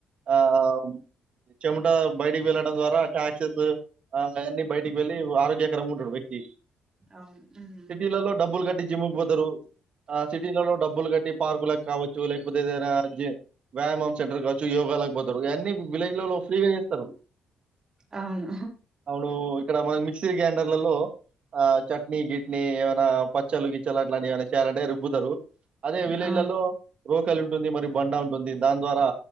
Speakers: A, on the right (about 50°); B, on the right (about 25°).
A: ఆ అవు చెముట బయటికి వెళ్ళడం ద్వారా టాక్సెస్ ఆ అవన్నీ బయటికి వెళ్ళి ఆరోగ్యకరంగా ఉంటాడు వ్యక్తి
B: అవును. హ్మ్.
A: సిటీలలో డబ్బులు కట్టి జిమ్కి పోతారు ఆ డబ్బులు కట్టి పార్కులకు కావచ్చు లేకపోతే ఏదైనా వ్యాయామం సెంటర్కచ్చి యోగా లక్ పోతారు ఇయన్ని విలేజ్ లలో ఫ్రీగా చేస్తారు
B: అవును.
A: అవును ఇక్కడ మనక్ మిక్సీ గ్రైండర్ లల్లో ఆ చట్నీ గిట్నీ ఏమైనా పచ్చల్లు గిచ్చల్లు అట్లాంటివి ఏమైనా చేయాలంటే రుబ్బుతరు అదే విలేజ్లల్లో
B: ఆ!
A: రోకలు ఉంటుంది మరి బండా ఉంటుంది దాన్ ద్వారా